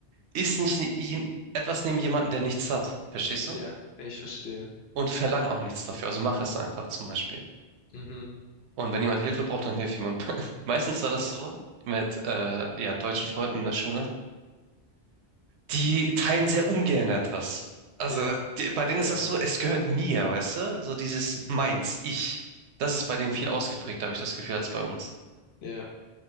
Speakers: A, on the right (about 90°); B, on the left (about 70°).
A: isst nicht ne- jen- etwas neben jemandem, der nichts hat, verstehst du?
B: Ja, ich verstehe.
A: Und verlang auch nichts dafür. Also mach es einfach zum Beispiel.
B: Mhm.
A: Und wenn jemand Hilfe braucht, dann hilft jemand. <laughs> Meistens war das so mit äh, ja, deutschen Freunden in der Schule. Die teilen sehr ungern etwas. Also
B: Ja,
A: die, bei denen
B: ja, ja.
A: ist das so,
B: ja.
A: es gehört mir, weißt du? So dieses meins, ich. Das ist bei denen viel ausgeprägt, habe ich das Gefühl, als bei uns.
B: Ja.